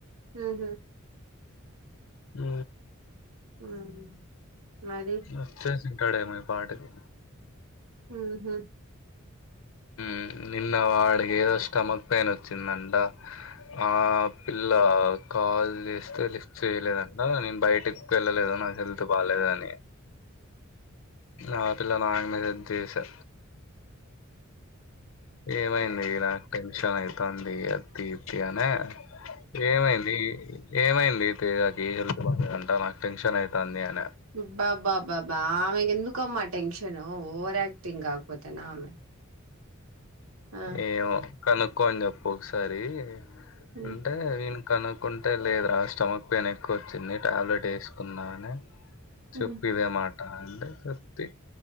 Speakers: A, on the right; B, on the left.
A: ఉహు
B: మ్
A: మ్మ్ మరి
B: వచ్చేసి ఉంటాడేమో ఇ పాటికి
A: మ్ హు
B: మ్ నిన్న వాడికి ఏదో స్టమక్ పెయిన్ వచ్చిందంట ఆ పిల్లా కాల్ జేస్తే లిస్ట్ చేయలేదంట నేను బయటకి వెళ్లలేద నా హెల్త్ బాలేదని నా పిల్ల నా మీదే అంతా ఎసె ఏమైంది నాకు టెన్షన్ అయితాంది ఎత్తి యనే ఏమైంది ఏమైంది తేజ కి హెల్త్ బాలేదంటా నాకు టెన్షన్ అవుతది అని
A: ఇ బాబ్ బాబ్ బాబ్ బాబా ఆమె కేందుకమ్మా టెన్షను ఓవర్ యాక్టింగ్ గాకపోతేనా ఆమె ఆ
B: ఏవో కనుక్కోని జేప్పు ఒకసారి
A: ఉమ్
B: అంటే విని కనుక్కుంటే లేదరా స్టమక్ పెయిన్ ఎక్కువ వచ్చింది టాబ్లెట్ ఏసుకున్నా అని చెప్పు
A: ఉమ్
B: ఇదే మాట అంటే చెప్పతి